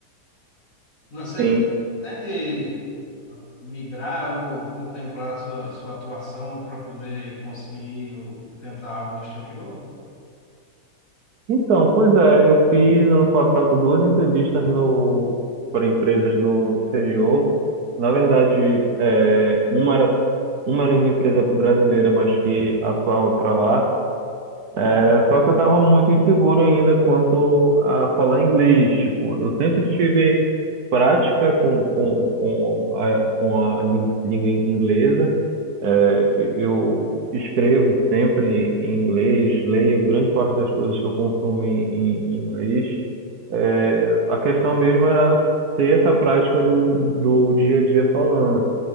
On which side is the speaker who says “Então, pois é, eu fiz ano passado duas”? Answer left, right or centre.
Right